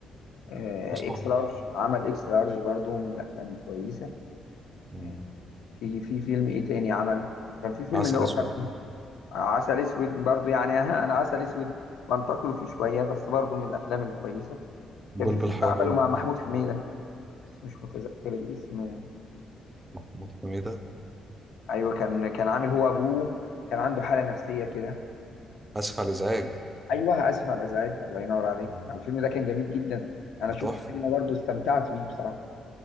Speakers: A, on the left (about 80°); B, on the right (about 20°).
A: آه،
B: حسن
A: إكس لارج عمل إكس لارج برضو من الأفلام الكويسة
B: مم.
A: آه، في في فيلم ايه تاني عمله كان في فيلم
B: عسل
A: اللي هو
B: اسود
A: كان عسل اسود برضو يعني <laughs> انا عسل اسود بنتقده فيه شويه بس برضو من الافلام الكويسه
B: بلبل
A: كان في فيلم
B: حيران
A: عمله مع محمود حميده بس مش متذكر الاسم أوي.
B: محمود حميدة
A: ايوه كان كان عامل هو ابوه كان عنده حاله نفسيه كده
B: اسف على الازعاج
A: ايوه اسف على الازعاج الله ينور عليك
B: مم.
A: الفيلم ده كان جميل جدا انا
B: ده
A: شفته
B: تحفة
A: سينما برضو استمتعت بيه بصراحه